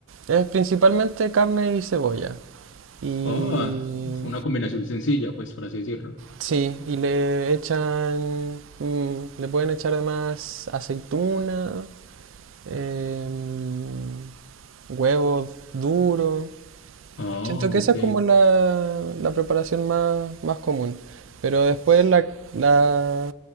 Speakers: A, on the right; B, on the left.
A: Es principalmente carne y cebolla. Y
B: Oh, es una combinación sencilla, pues, por así decirlo.
A: sí, y le echan, mm, le pueden echar además aceituna, em, huevo duro.
B: Ah,
A: Siento que
B: ok.
A: esa es como la, la preparación más, más común. Pero después
B: S-
A: la, la,